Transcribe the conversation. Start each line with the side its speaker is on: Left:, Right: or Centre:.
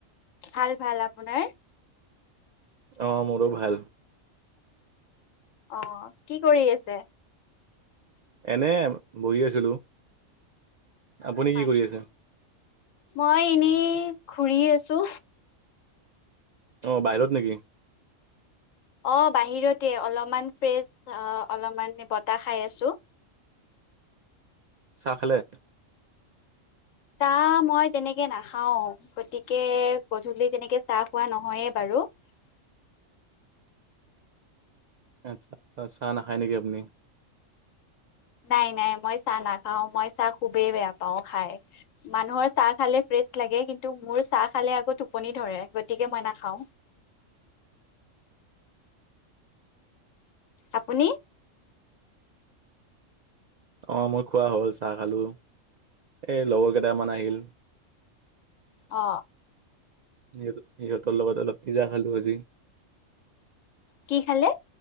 Left: ভাল ভাল আপোনাৰ
Right: অ মোৰো ভাল
Left: অ কি কৰি আছে
Right: এনেই বহি আছিলো আপুনি
Left: হয়
Right: কি কৰি আছে
Left: মই এনেই ঘূৰি আছো
Right: অ বাহিৰত নেকি
Left: অ বাহিৰতে অলপমান ফ্ৰেছ অলপমান বতাহ খাই আছো
Right: চাহ খালে
Left: চাহ মই তেনেকে নাখাও গতিকে গধূলি তেনেকে চাহ খোৱা নহয়ে বাৰু হেল্ল'
Right: আচ্ছা চাহ নাখায় নেকি আপুনি
Left: নাই নাই মই চাহ নাখাও মই চাহ খুবেই বেয়া পাওঁ খাই মানুহৰ চাহ খালে লাগে কিন্তু মোৰ চাহ খালে আকৌ টোপনি ধৰে গতিকে মই নাখাও আপুনি
Right: অ মোৰ খোৱা হ'ল চাহ খালো এই লগৰ কেইটামান আহিল
Left: অ
Right: সহত সিহঁতৰ লগত অলপ পিজ্জা খালো আজি
Left: কি খালে